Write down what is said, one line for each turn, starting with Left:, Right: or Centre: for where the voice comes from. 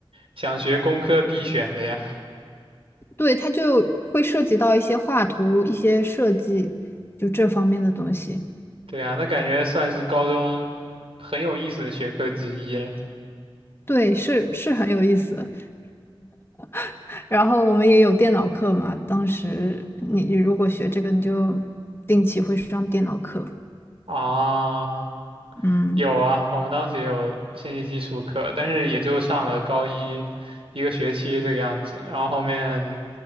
Right: 想学工科必选的呀。
Left: 对，它就会涉及到一些画图、一些设计，就这方面的东西。
Right: 对啊，那感觉算是高中很有意思的学科之一了
Left: 对，是是很有意思。<laughs> 然后我们也有电脑课嘛，当时你如果学这个，你就定期会上电脑课。
Right: 啊。
Left: 嗯
Right: 有啊，我们当时也有信息技术课，但是也就上了高一一个学期这个样子，然后后面